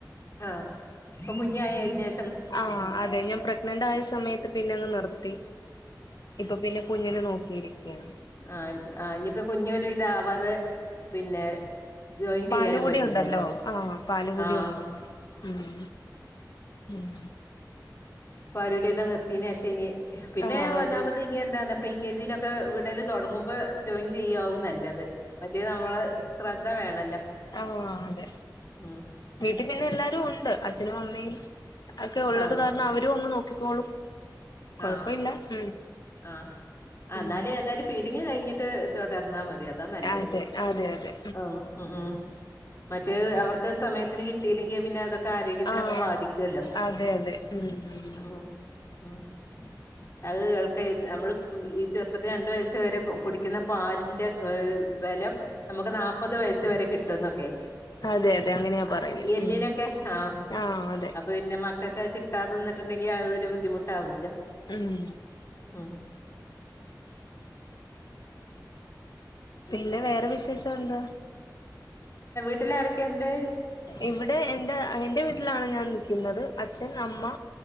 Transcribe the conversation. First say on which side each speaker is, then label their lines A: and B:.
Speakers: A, on the left (about 40°); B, on the left (about 70°).
A: ആഹ് ഇപ്പൊ കുഞ്ഞായിഴിഞ്ഞാല്‍
B: ആഹ അതെ ഞാൻ പ്രഗ്നൻറ് ആയ സമയത്ത് പിന്നെ അങ് നിർത്തി. ഇപ്പൊ പിന്നെ കുഞ്ഞിനെ നോക്കിയിരിക്ക്യാണ്.
A: ആ ആ ഇനിയിപ്പോ കുഞൊരു ഇതാവാതെ പിന്നെ ജോയിൻ
B: പാല്കുടി
A: ചെയ്യാനും പറ്റില്ലല്ലോ
B: ഉണ്ടല്ലോ ആ പാലുകുടിണ്ട്
A: ആഹ്
B: ഉം. ഉം
A: പാലുടിയൊക്കെ നിർത്യോനേശനി പിന്നെ
B: ആഹ്
A: ഒന്നാമത് ഇനി എന്താന്ന് ഫ്രീ കെ ജിയിലൊക്കെ വിടല് തൊട്ങ്ങും. ബ് ജോയിൻ ചെയ്യാവും നല്ലത് മറ്റേ നമ്മള് സ്രദ്ധ വേണല്ലോ.
B: ആ അതെ.
A: ഉം
B: വീട്ടിൽ പിന്നെ എല്ലാരുണ്ട് അച്ഛനും അമ്മയും ഒക്കെ ഉള്ളത്
A: ആഹ്
B: കാരണം അവര് ര്‌വന്ന് നോക്കിക്കോളും. കൊഴപ്പമില്ല
A: ആഹ്
B: ഉം
A: ആ
B: ഉം
A: എന്നാല് ഏതായാലും ഫീടിങ്ങ് കഴിഞ്ഞി ഇട്ട് തൊടർന്നാമതി അതാ നല്ലെ
B: അതെ അതെ അതെ
A: ആഹ് ഉം മറ്റേ അവർക്ക് സമയത്തിന് കിട്ടിയില്ലെങ്കി പിന്നെ അതൊ ആരോഗ്യത്തിനൊക്കെ
B: ആഹ്
A: ബാധിക്യൂല്ലോ
B: അതെ അതെ ഉം ഉം
A: ആഹ് ആഹ് അഹ് കേൾക്കെ നമ്മൾ ഈ ചെറുപ്പത്തി രണ്ട് വയസ് വരെ കുടിക്കിന്ന പാലിന്റെ അഹ് ബെലം നമുക്ക് ന്നാപത് വയസ്സ് വരെ കിട്ടുംന്നൊക്കെ.
B: അതെ അതെ അങ്ങനെയാ
A: ആഹ്
B: പറയുന്നെ
A: എല്ലിനൊക്കെ
B: ഉം
A: ആഹ്
B: ആഹ് അതെ
A: അപ്പൊ പിന്നെ മ <unintelligible> കിട്ടാതെനിന്നിട്ടണ്ടെങ്കിൽ അതൊരു ബുദ്ധിമുട്ടാവലോ.
B: ഉം.
A: <inaudible>
B: പിന്നെ വേറെ വിശേഷം എന്താ?
A: വീട്ടിലാരൊക്കെണ്ട്.
B: ഇവിടെ എന്റെ എന്റെ വീട്ടിലാണ് ഞാൻ നികിന്നത് അച്ഛൻ അമ്മ